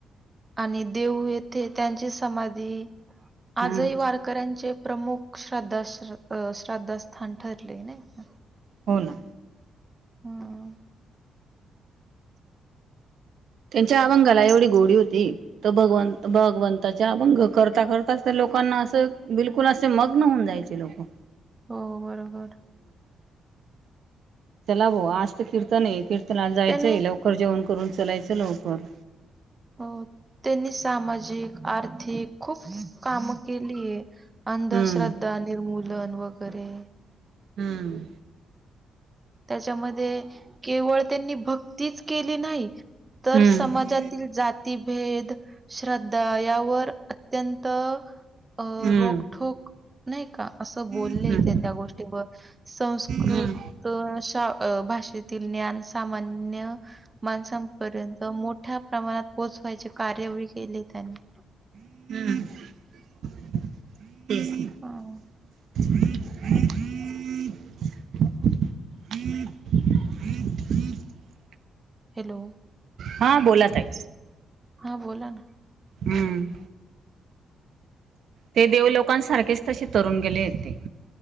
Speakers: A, on the right; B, on the right.
A: आणि देऊ येथे त्यांची समाधी आजही
B: हम्म
A: वारकऱ्यांचे प्रमुख श्रद्धा अ श्रद्धास्थान ठरले नाय का
B: हो ना.
A: हम्म
B: त्यांच्या अभंगाला एवढी गोडी होती, तर भगव भगवंताचे अभंग करता करताच तर लोकांना असं बिलकुल असे मग्न होऊन जाय जायचे लोकं.
A: हो बरोबर.
B: चला भाव् आज तर कीर्तन आहे कीर्तनाला जायचंय
A: त्याने
B: लवकर जेवण करून चलायचं लवकर
A: हो त्यांनी सामाजिक, आर्थिक खूप कामं केलीय. अंधश्रद्धा
B: हम्म
A: निर्मूलन वगैरे
B: हम्म
A: त्याच्यामध्ये केवळ त्यांनी भक् तीच केली नाही तर
B: हम्म
A: समाजातील जाती भेद श्रद् दा यावर अत्यंत अ
B: हम्म
A: रोकठोक नाही का असं बोलले
B: हम्म
A: ते त्या गोष्टीवर संस्कृत
B: हम्म हम्म
A: श अ भाषेतील ज्ञान सामान्य माणसांपर्यंत मोठ्या प्रमाणात पोहोचवायचे कार्य वी केले त्यांनी.
B: हम्, तेच
A: हां.
B: ना <unintelligible> <unintelligible>
A: हॅलो
B: हा बोला ताई
A: हा बोला ना
B: हम्म ते देवलोकांसारखेच तसे तरुण गेले ते